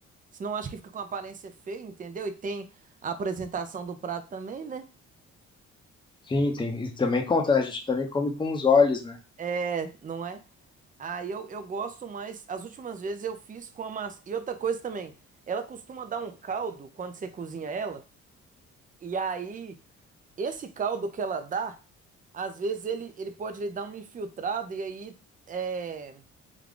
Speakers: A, on the right; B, on the left.
A: Senão acho que fica com uma aparência feia, entendeu? E tem a apresentação do prato também, né?
B: Sim, tem, isso também conta, né? A gente também come com os olhos, né?
A: É, não é? Aí eu, eu gosto mais. As últimas vezes eu fiz com a massa. E outra coisa também, ela costuma dar um caldo quando você cozinha ela. E aí, esse caldo que ela dá, às vezes ele, ele pode lhe dar uma infiltrada e aí é,